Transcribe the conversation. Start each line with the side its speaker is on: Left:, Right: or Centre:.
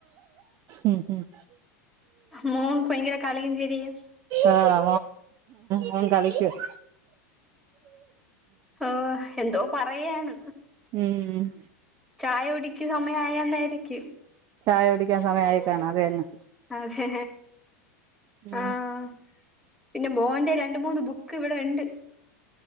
Right: ഉം ഉം
Centre: മോൻ ഭയങ്കര കളിയും ചിരിയും
Right: ആഹ് മോൻ കളിക്കുവാ
Centre: ഓ എന്തോ പറയാണ്
Right: ഉം ഉം
Centre: ചായകുടിക്കു സമയം ആയകൊ ണ്ടായിരിക്കും
Right: ചായ കുടിക്കാൻ സമയായിട്ടാണ് അതു തന്നെ
Centre: അതെ
Right: ഉം
Centre: ആഹ് പിന്നെ മോന്റെ രണ്ട് മൂന്ന് ബുക്ക് ഇവിടെ ഉണ്ട്